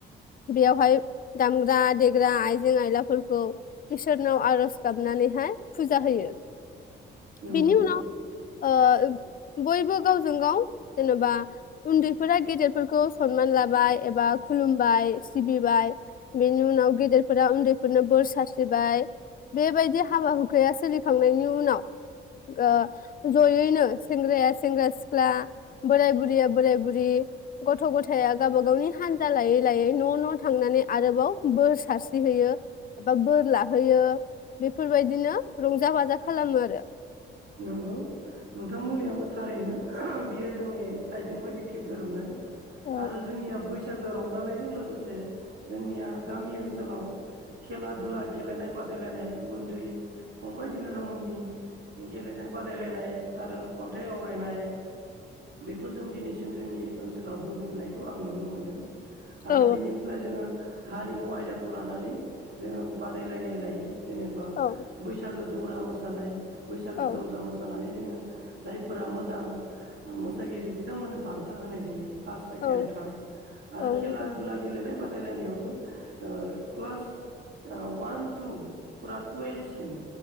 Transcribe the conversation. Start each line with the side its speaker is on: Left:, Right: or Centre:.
Left: बेयावहाय दामग्रा देग्रा आइजें आयलाफोरखौ इसोरनाव आरज गाबनानैहाय फुजा होयो।
Right: नंगौ
Left: बिनि उनाव ओ बयबो गावजों गाव जेनबा उन्दैफोरा गेदेरफोरखौ सनमान लाबाय एबा खुलुमबाय सिबिबाय बेनि उनाव गेदेरफोरा उन्दैफोरनो बोर सारस्रिबाय बेबायदि हाबा हुखाया सोलिखांनायनि उनाव ओ जयैनो सेंग्राया सेंग्रा सिख्ला बोराय बुरिया बोराय बुरि गथ गथाया गावबा गावनि हान <unintelligible> लायै लायै न' न' थांनानै आरोबाव बोर सारस्रिहैयो बा बोर लाहोयो बेफोरबायदिनो रंजा बाजा खालामो आरो
Right: नंगौ नोंथांमोननियाबो थारैनो बेयो जोंनि साइडजोंबो एखे गोरोबनाय।
Left: औ
Right: आरो जोंनिया बैसो बैसागो रंजानायजों लोगोसे जोंनिया गामि ओनसोलाव खेला दुला गेलेनाय बादायलायनाय उन्दै फंबाय बिनानावमोननि गेलेनाय बादायलायनाय आरो खन्थाइ आवरायनाय। बेखौ जों दिनैसिम जोंनि ओनसोलाव होबोनाय खौ आं नुनो मोन्दों।
Left: औ
Right: आरो बिनिफ्राय जोङो हारिमु आयदाखौ लानानै जोङो बादायलायनाय लायो। जेनेबा
Left: औ औ।
Right: बैसागो जरा मोसानायनाय। बैसागो
Left: औ
Right: जावजा मोसानानै जोङो जायफोरा मोजां मोसागिरि बिथांमोननो बा फार्स्ट सेकेड
Left: औ
Right: थार्ड ओरो
Left: नंगौ
Right: खेला दुला गेलेनाय बा बादायलायनायावबो ओ क्लास ओ वान टु फुरा टुवेल्भसिम